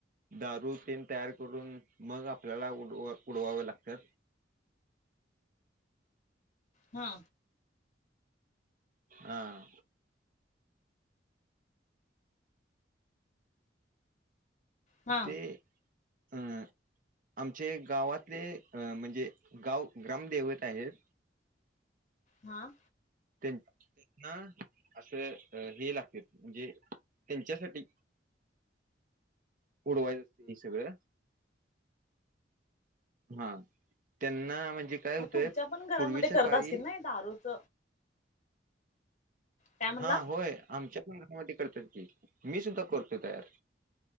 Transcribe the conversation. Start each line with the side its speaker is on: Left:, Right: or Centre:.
Right: दारू तेन तयार करून, मग आपल्याला उडवा उडवावे लागतात.
Left: हा.
Right: हा.
Left: हा
Right: ते अ आमचे गावातले, म्हणजे गाव ग्रामदैवत आहेत
Left: हा.
Right: ते ना असं हे लागत्यात, म्हणजे त्यांच्यासाठी ऊडवायच असतय हे सगळं. हा, त्यांना म्हणजे काय होतय,
Left: मग तुमच्या पण घरामध्ये
Right: पूर्वीच्या
Left: करत
Right: काळी
Left: असतील ना दारूच काय म्हणला
Right: हा, होय आमच्या पण घरामध्ये करत्यात की, मी सुद्धा करतोय तयार.